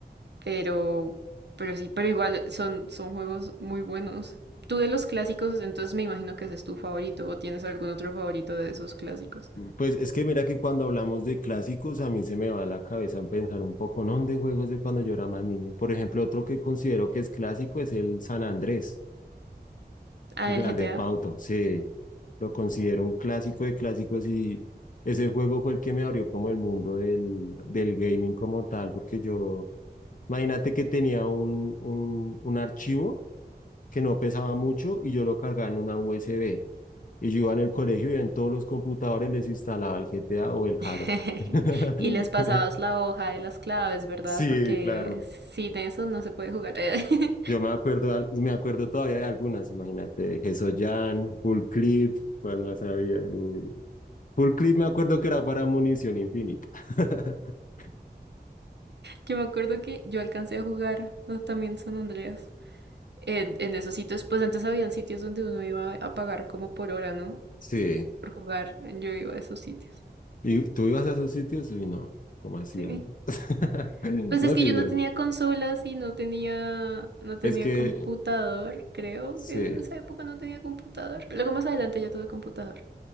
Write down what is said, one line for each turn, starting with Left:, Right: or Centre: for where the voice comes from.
Right: Pero, pero sí, pero igual son, son juegos muy buenos. Tú de los clásicos, entonces me imagino que ese es tu favorito o tienes algún otro favorito de esos clásicos.
Left: Pues es que mira que cuando hablamos de clásicos, a mí se me va a la cabeza en pensar un poco, ¿no? De juegos de cuando yo era más niño. Por ejemplo, otro que considero que es clásico es el San Andrés,
Right: Ah,
Left: el Grande
Right: el GTA.
Left: Fauto. Sí, lo considero un clásico de clásicos y ese juego fue el que me abrió como el mundo del, del gaming como tal, porque yo, imagínate que tenía un, un, un archivo que no pesaba mucho y yo lo cargaba en una USB. Y yo iba en el colegio y en todos los computadores les instalaba el GTA o el
Right: <laughs>
Left: Halo. <laughs>
Right: Y les pasabas la hoja de las claves, ¿verdad?
Left: Sí,
Right: Porque
Left: claro.
Right: sin eso no se puede jugar. <laughs>
Left: Yo me acuerdo, al- me acuerdo todavía de algunas, imagínate, Jan, Full Clip, cuál más había. Ni... Full Clip me acuerdo que era para munición infinita. <laughs>
Right: Yo me acuerdo que yo alcancé a jugar ¿no? también San Andreas. En, en esos sitios, pues antes habían sitios donde uno iba a pagar como por hora, ¿no?
Left: Sí.
Right: Por jugar. Yo iba a esos sitios.
Left: ¿Y tú ibas a esos sitios? Uy, no, ¿cómo hacían?
Right: Sí.
Left: <laughs>
Right: Pues
Left: No,
Right: es que
Left: sí,
Right: yo
Left: yo.
Right: no tenía consolas y no tenía, no tenía
Left: Es que,
Right: computador, creo.
Left: sí.
Right: En esa época no tenía computador. Luego más adelante ya tuve computador.